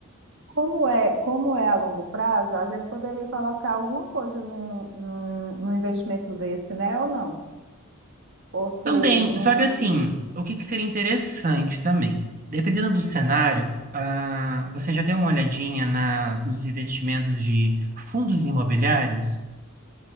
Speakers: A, on the right (about 60°); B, on the right (about 40°).
A: Como é, como é a longo prazo, a gente poderia colocar alguma coisa num, num, num investimento desse, né? Ou não? Ou tu
B: Também,
A: não.
B: só que assim, o que que seria interessante também? Dependendo do cenário, ah, você já deu uma olhadinha nas, nos investimentos de fundos imobiliários?